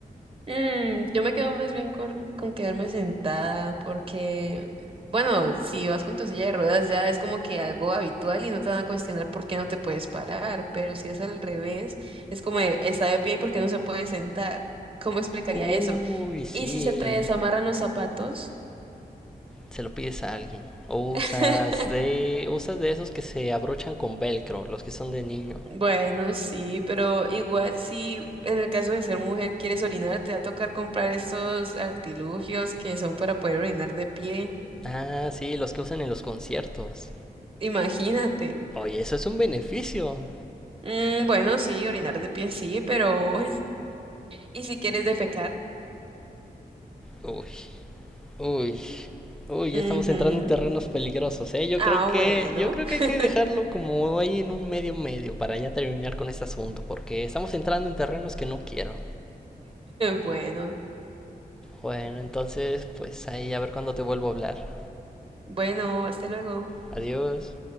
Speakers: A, on the right; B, in the centre.
A: Mm, yo me quedo más bien con, con quedarme sentada porque, bueno, si vas con tu silla de ruedas ya es como que algo habitual y no te van a cuestionar por qué no te puedes parar, pero si es al revés, es como de, está de pie y por qué no se puede sentar. ¿Cómo explicaría
B: Uy,
A: eso?
B: sí.
A: ¿Y si se te desamarran los zapatos?
B: Se lo pides a alguien. O
A: <laughs>
B: usas de. Usas de esos que se abrochan con velcro, los que son de niño.
A: Bueno, sí, pero igual si en el caso de ser mujer quieres orinar, te va a tocar comprar estos artilugios que son para poder orinar de pie.
B: Ah, sí, los que usan en los conciertos.
A: Imagínate.
B: Oye, eso es un beneficio.
A: Mm, bueno, sí, orinar de pie sí, pero... <laughs> ¿Y si quieres defecar?
B: Uy, Uy, uy, ya
A: Ujú.
B: estamos entrando en terrenos peligrosos, ¿eh? Yo
A: Ah,
B: creo que,
A: bueno.
B: yo creo
A: <laughs>
B: que hay que dejarlo como ahí en un medio medio para ya terminar con este asunto, porque estamos entrando en terrenos que no quiero.
A: Bueno,
B: Bueno, entonces, pues ahí a ver cuándo te vuelvo a hablar.
A: bueno, hasta luego.
B: Adiós.